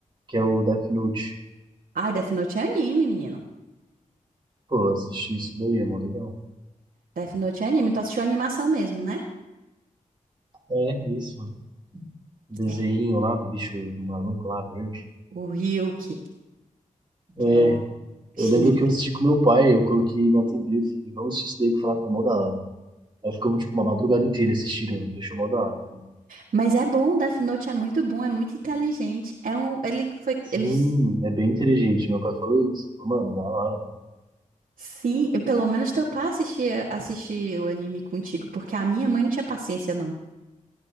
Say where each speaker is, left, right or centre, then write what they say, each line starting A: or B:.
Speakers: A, on the right; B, on the right.
A: que é o Death Note.
B: Ai, Death Note é anime, menino.
A: Pô, eu assisti isso daí, é mó legal.
B: Death Note é anime. Tu assistiu a animação mesmo, né?
A: É, isso. O desenho
B: É.
A: lá do bicho maluco lá, verde.
B: O Ryuki, que
A: É,
B: é o Shinigami.
A: eu lembro que eu assisti com meu pai, eu coloquei na TV e falei, vamos assistir isso daí que falaram que é mó da hora. Aí ficamos, tipo, uma madrugada inteira assistindo, deixou mó da hora. tá
B: Mas é bom, Death Note é muito bom, é muito inteligente. É um, ele foi,
A: Sim,
B: eles
A: é bem inteligente. Meu pai falou isso. Falou, mano, da hora.
B: Sim, e pelo menos teu pai assistia, assistia o anime contigo, porque a minha mãe não tinha paciência, não.